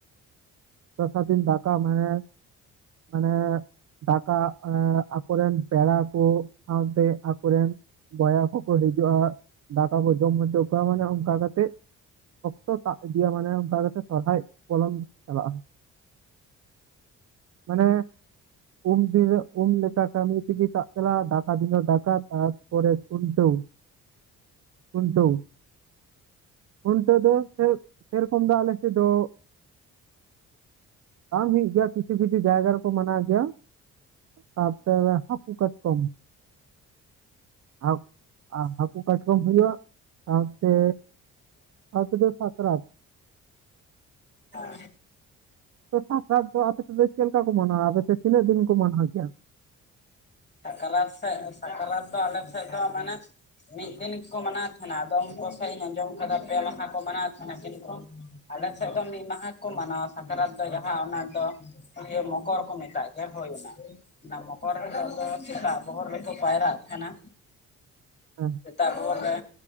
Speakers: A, on the right; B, on the left.
A: ᱫᱚᱥᱟᱨ ᱫᱤᱱ ᱫᱟᱠᱟ ᱢᱟᱱᱮ ᱢᱟᱱᱮ ᱫᱟᱠᱟ ᱟᱠᱚᱨᱮᱱ ᱯᱮᱲᱟ ᱠᱚ ᱥᱟᱶᱛᱮ ᱟᱠᱚᱨᱮᱱ ᱵᱚᱭᱦᱟ ᱠᱚ ᱦᱤᱡᱩᱜᱼᱟ ᱫᱟᱠᱟ ᱠᱚ ᱡᱚᱢ ᱦᱚᱪᱚ ᱠᱚᱣᱟ ᱢᱟᱱᱮ ᱚᱱᱠᱟ ᱠᱟᱛᱮᱫ ᱚᱠᱛᱚ ᱴᱟᱜ ᱤᱫᱤᱭᱟ ᱢᱟᱱᱮ ᱚᱱᱠᱟ ᱠᱟᱛᱮᱜ ᱥᱚᱨᱦᱟᱭ ᱯᱚᱞᱚᱢ ᱪᱟᱞᱟᱜᱼᱟ᱾ ᱢᱟᱱᱮ ᱩᱢ ᱫᱤᱱ ᱩᱢ ᱞᱮᱠᱟ ᱠᱟᱹᱢᱤ ᱛᱮᱜᱮ ᱛᱟᱜ ᱪᱟᱞᱟᱜᱼᱟ ᱫᱟᱠᱟ ᱫᱤᱱ ᱫᱟᱠᱟ ᱛᱟᱨᱯᱚᱨᱮ ᱠᱷᱩᱱᱴᱟᱹᱣ ᱠᱷᱩᱱᱴᱟᱹᱣ ᱠᱷᱩᱱᱴᱟᱹᱣ ᱫᱚ ᱥᱮ ᱥᱮᱨᱚᱠᱚᱢ ᱫᱚ ᱟᱞᱮ ᱥᱮᱫ ᱫᱚ ᱵᱟᱝ ᱦᱩᱭᱩᱜ ᱜᱮᱭᱟ ᱠᱤᱪᱷᱩ ᱠᱤᱪᱷᱩ ᱡᱟᱭᱜᱟ ᱨᱮ ᱠᱚ ᱢᱟᱱᱟᱣ ᱜᱮᱭᱟ ᱛᱟᱨᱯᱚᱨᱮ ᱦᱟᱹᱠᱩ ᱠᱟᱴᱠᱚᱢ ᱟᱨ ᱟᱨ ᱦᱟᱹᱠᱩ ᱠᱟᱴᱠᱚᱢ ᱦᱩᱭᱩᱜᱼᱟ ᱥᱟᱶᱛᱮ ᱥᱟᱶ ᱛᱮᱫ ᱥᱟᱠᱨᱟᱛ
B: ᱟᱨ
A: ᱛᱚ ᱥᱟᱠᱨᱟᱛ ᱫᱚ ᱟᱯᱮ ᱥᱮᱫ ᱫᱚ ᱪᱮᱫ ᱞᱮᱠᱟ ᱠᱚ ᱢᱟᱱᱟᱣᱟ ᱟᱯᱮ ᱥᱮᱫ ᱛᱤᱱᱟᱹᱜ ᱫᱤᱱ ᱠᱚ ᱢᱟᱱᱟᱣ ᱜᱮᱭᱟ
B: ᱥᱟᱠᱨᱟᱛ ᱥᱮᱫ ᱥᱟᱠᱨᱟᱛ ᱫᱚ ᱟᱞᱮ ᱥᱮᱫ ᱫᱚ ᱢᱟᱱᱮ ᱢᱤᱫ ᱫᱤᱱ ᱜᱮᱠᱚ ᱢᱟᱱᱟᱣ ᱛᱟᱦᱮᱱᱟ ᱟᱫᱚ ᱩᱱᱠᱩ ᱥᱮᱫ ᱤᱧ ᱟᱸᱡᱚᱢ ᱠᱟᱫᱟ ᱯᱮ ᱢᱟᱦᱟ ᱠᱚ ᱢᱟᱱᱟᱣ ᱛᱟᱦᱮᱱᱟ ᱠᱤᱱᱛᱩ ᱟᱞᱮᱥᱮᱫ ᱫᱚ ᱢᱤᱫ ᱢᱟᱦᱟ ᱠᱚ ᱢᱟᱱᱟᱣᱟ ᱥᱟᱠᱨᱟᱛ ᱫᱚ ᱡᱟᱦᱟᱸ ᱚᱱᱟ ᱫᱚ ᱤᱭᱟᱹ ᱢᱚᱠᱚᱨ ᱠᱚ ᱢᱮᱛᱟᱜ ᱜᱮᱭᱟ ᱦᱳᱭᱱᱟ ᱚᱱᱟ ᱢᱚᱠᱚᱨ ᱨᱮᱫᱚ ᱛᱚ ᱥᱮᱛᱟᱜ ᱵᱚᱦᱚᱨ ᱨᱮᱠᱚ ᱯᱟᱭᱨᱟᱜ ᱠᱟᱱᱟ᱾
A: <inaudible>
B: <unintelligible> ᱛᱟᱨᱯᱚᱨᱮ